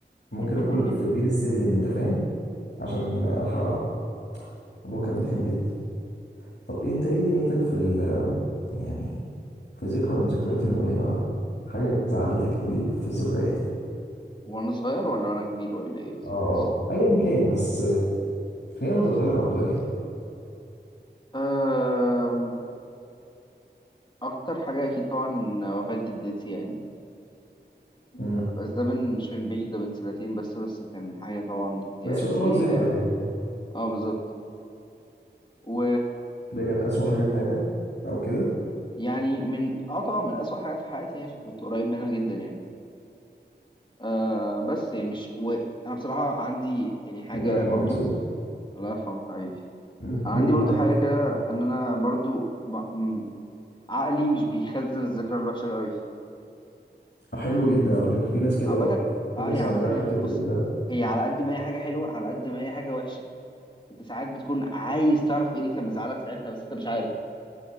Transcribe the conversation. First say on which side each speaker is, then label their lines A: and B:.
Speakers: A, on the left; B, on the left.
A: ممكن
B: <laughs>
A: اكل في بير السلم انت فاهم عشان ألحق ألعب الموضوع كان رخم جدا طب أنت إيه دنيتك في ال يعني في ذكرى من ذكريات المؤلمة بقى حاجة زعلتك قوي في ذكرياتك
B: وانا صغير ولا وانا كبير ولا ايه بالظبط
A: اه آه. أيا كان بس خلينا وأنت صغير أفضل يعني
B: أم، اكتر حاجه اكيد طبعا وفاه جدتي يعني
A: امم
B: بس ده من مش من بعيد ده من سنتين بس بس كان حاجة طبعا ك-
A: بس يعتبر
B: سيئة
A: ذكرى
B: يعني
A: يعني
B: اه بالظبط و
A: اللي كانت أسوأ حاجة في حياتك أو كده
B: يعني من اه طبعا من أسوأ حاجة في حياتي يعني عشان كنت قريب منها جدا يعني آه بس يعني مش وأنا بصراحة عندي يعني حاجة
A: الله يرحمه
B: برضو
A: يا صديقي
B: الله يرحمه حبيبي
A: مم.
B: أنا
A: قول
B: عندي برضو
A: معاك
B: حاجة كده إن أنا برضو ب... م- عقلي مش بيخزن الذكرى الوحشة قوي
A: حلو جدا على فكرة في ناس كده
B: عامة
A: اه في
B: اه
A: ناس
B: هي عامة
A: عندها حتة
B: هي- بص
A: ال...
B: هي على قد ما هي حاجة حلوة على قد ما هي حاجة وحشة انت ساعات بتكون عايز تعرف ايه اللي كان مزعلك ساعتها بس انت مش عارف